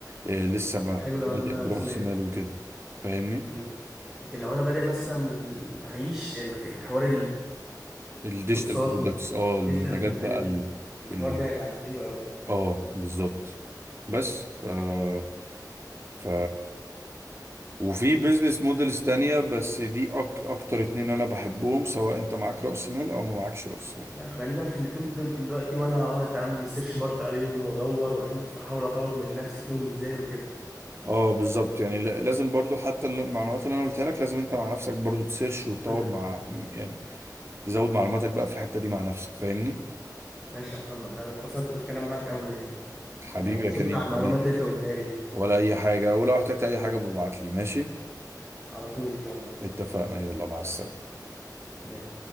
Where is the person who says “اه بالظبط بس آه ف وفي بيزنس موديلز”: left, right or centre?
Right